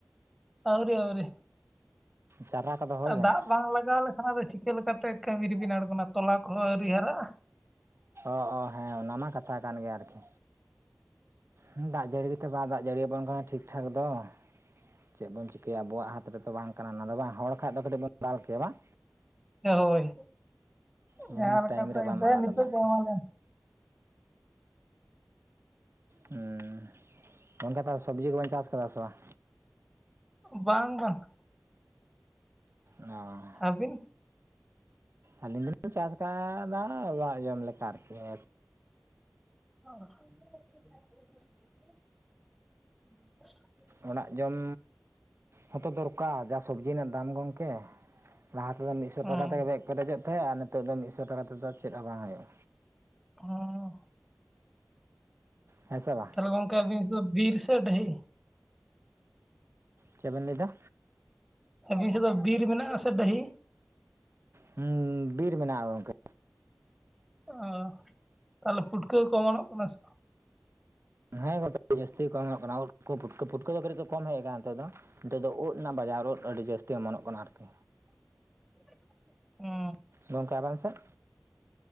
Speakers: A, in the centre; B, on the right.
A: ᱟᱹᱣᱨᱤ ᱟᱹᱣᱨᱤ,
B: ᱪᱟᱨᱟ ᱠᱚᱫᱚ ᱦᱩᱭ ᱠᱟᱱᱟ?
A: ᱫᱟᱜ ᱵᱟᱝ ᱞᱟᱜᱟᱣ ᱞᱮᱠᱷᱟᱱ ᱟᱫᱚ ᱪᱤᱠᱟᱹ ᱞᱮᱠᱟᱛᱮ ᱠᱟᱹᱢᱤ ᱨᱮᱵᱤᱱ ᱟᱬᱜᱚᱱᱟ ᱛᱚᱞᱟ ᱠᱚᱦᱚᱸ ᱟᱹᱣᱨᱤ ᱦᱟᱨᱟᱜᱼᱟ ᱾
B: ᱚ ᱚ ᱦᱮᱸ ᱚᱱᱟ ᱢᱟ ᱠᱟᱛᱷᱟ ᱠᱟᱱ ᱜᱮᱭᱟ ᱟᱨᱠᱤ, ᱦᱩᱸ ᱫᱟᱜ ᱡᱟᱹᱲᱤ ᱜᱮᱛᱚ ᱵᱟᱭ ᱫᱟᱜ ᱡᱟᱹᱲᱤ ᱟᱵᱚᱱ ᱠᱟᱱᱟ ᱴᱷᱤᱠ ᱴᱷᱟᱠ ᱫᱚ᱾ ᱪᱮᱫ ᱵᱚᱱ ᱪᱤᱠᱟᱹᱭᱟ ᱟᱵᱚᱣᱟᱜ ᱦᱟᱛ ᱨᱮᱛᱚ ᱵᱟᱝ ᱠᱟᱱᱟ ᱚᱱᱟ ᱫᱚ ᱵᱟᱝ ᱦᱚᱲ ᱠᱷᱟᱡ ᱫᱚ ᱠᱟᱹᱴᱤᱜ ᱵᱚᱱ ᱫᱟᱞ ᱠᱮᱭᱟ ᱵᱟᱝ?
A: ᱦᱳᱭ
B: ᱦᱮᱸ
A: ᱡᱟᱦᱟᱸ ᱞᱮᱠᱟᱛᱮ
B: ᱴᱟᱭᱤᱢ ᱨᱮ
A: ᱜᱮ
B: ᱵᱟᱢ
A: ᱫᱮ
B: ᱟᱲᱟᱜ
A: ᱱᱤᱛᱚᱜ
B: ᱮᱫᱟ ᱫᱟᱜ
A: ᱫᱚ
B: ᱠᱚ
A: ᱮᱢᱟᱞᱮᱢ ᱾
B: ᱮᱸᱻ ᱜᱚᱝᱠᱮ ᱛᱟᱦᱚᱞᱮ ᱥᱚᱵᱽᱡᱤ ᱠᱚᱵᱤᱱ ᱪᱟᱥ ᱠᱟᱫᱟ ᱥᱮ ᱵᱟᱝ?
A: ᱵᱟᱝ ᱵᱟᱝ ᱾
B: ᱚᱸᱻ
A: ᱟᱹᱵᱤᱱ
B: ᱟᱹᱞᱤᱧ ᱫᱩᱞᱤᱧ ᱪᱟᱥ ᱠᱟᱜ-ᱟ ᱫᱟ ᱚᱲᱟᱜ ᱡᱚᱢ ᱞᱮᱠᱟ ᱟᱨᱠᱤ ᱾
A: <unintelligible>
B: ᱚᱲᱟᱜ ᱡᱚᱢ ᱦᱚᱸᱛᱚ ᱫᱚᱨᱠᱟᱨ ᱡᱟ ᱥᱚᱵᱽᱡᱤ ᱨᱮᱱᱟᱜ ᱫᱟᱢ ᱜᱚᱝᱠᱮ, ᱞᱟᱦᱟ ᱛᱮᱫᱚ ᱢᱤᱫᱥᱚ
A: ᱦᱩᱸ
B: ᱴᱟᱠᱟ ᱛᱮᱜᱮ ᱵᱮᱜ ᱯᱮᱨᱮᱡᱚᱜ ᱛᱟᱦᱮᱸᱜ ᱟᱨ ᱱᱤᱛᱚᱜ ᱫᱚ ᱢᱤᱫᱥᱚ ᱴᱟᱠᱟ ᱛᱮᱫᱚ ᱪᱮᱫ ᱦᱚᱸ ᱵᱟᱝ ᱦᱩᱭᱩᱜᱼᱟ᱾
A: <unintelligible>
B: ᱦᱮᱸ ᱥᱮ ᱵᱟᱝ
A: ᱛᱟᱦᱚᱞᱮ ᱜᱚᱝᱠᱮ ᱟᱵᱤᱱ ᱥᱮᱫ ᱫᱚ ᱵᱤᱨ ᱥᱮ ᱰᱟᱹᱦᱤ?
B: ᱪᱮᱜ ᱵᱮᱱ ᱞᱟᱹᱭᱫᱟ?
A: ᱟᱹᱵᱤᱱ ᱥᱮᱫ ᱫᱚ ᱵᱤᱨ ᱢᱮᱱᱟᱜᱼᱟ ᱥᱮ ᱰᱟᱹᱦᱤ?
B: ᱦᱩᱸ ᱵᱤᱨ ᱢᱮᱱᱟᱜᱼᱟ ᱜᱚᱝᱠᱮ᱾
A: ᱚ ᱛᱟᱦᱚᱞᱮ ᱯᱩᱴᱠᱟᱹ ᱠᱚᱠᱚ ᱚᱢᱚᱱᱚᱜ ᱠᱟᱱᱟ ᱥᱮ ᱵᱟᱝ?
B: ᱦᱮᱸ ᱜᱚᱢᱠᱮ ᱡᱟᱹᱥᱛᱤ ᱜᱮᱠᱚ ᱚᱢᱚᱱᱚᱜ ᱠᱟᱱᱟ ᱳᱫ, ᱠᱩ ᱯᱩᱴᱠᱟᱹ - ᱯᱩᱩᱴᱠᱟᱹ ᱫᱚ ᱠᱟᱹᱴᱤᱡ ᱠᱚ ᱠᱚᱢ ᱦᱮᱡ ᱟᱠᱟᱱᱟ ᱱᱤᱛᱚᱜ ᱫᱚ, ᱱᱤᱛᱚᱜ ᱫᱚ ᱩᱫ ᱨᱮᱱᱟᱜ ᱵᱟᱡᱟᱨ ᱩᱫ ᱟᱹᱰᱤ ᱡᱟᱹᱥᱛᱤ ᱚᱢᱚᱱᱚᱜ ᱠᱟᱱᱟ ᱟᱨᱠᱤ᱾
A: <inaudible> ᱦᱩᱸ
B: ᱜᱚᱝᱠᱮ ᱟᱵᱮᱱ ᱥᱮᱫ